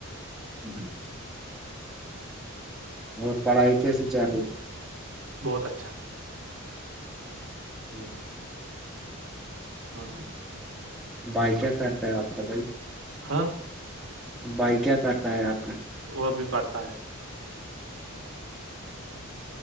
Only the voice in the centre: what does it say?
<inaudible> اور پڑھائی کیسے رہی ہے
اچھ
بھائی کیا کرتا ہے آپ کا بھائی
بھائی کیا کرتا ہے آپ کا